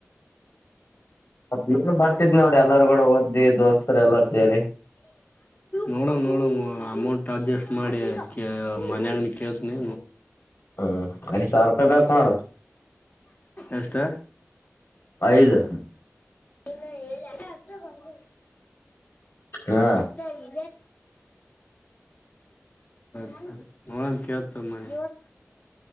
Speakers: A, on the left (about 55°); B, on the left (about 35°).
A: ಮತ್ತ ಇ ಬರ್ತಿದ್ ನೋಡಿ ಎಲ್ಲಾರೂ ಕೂಡ ಓದ್ಿ ದೋಸ್ತರು ಎಲ್ಲಾರ ಸೇರಿ
B: ನೋಡವ ನೋಡವ ಅಮೌಂಟ್ ಅಡ್ಜಸ್ಟ್ ಮಾಡಿ ಮನಗ ಕೇಳ್ತನಿ
A: ಹ್ಮ್ ಐದ್ ಸಾವಿರ ರೂಪಾಯಿ ಬಕ್ ಮಾಡೋಡ
B: ಎಷ್ಟ
A: ಐದು
B: ಹೇಳಣ <inaudible> ಹ್ಮ
A: ಹಾ
B: ಸರಿ ಸರಿ ನನ್ ಕೇಳ್ತ ಮನೆ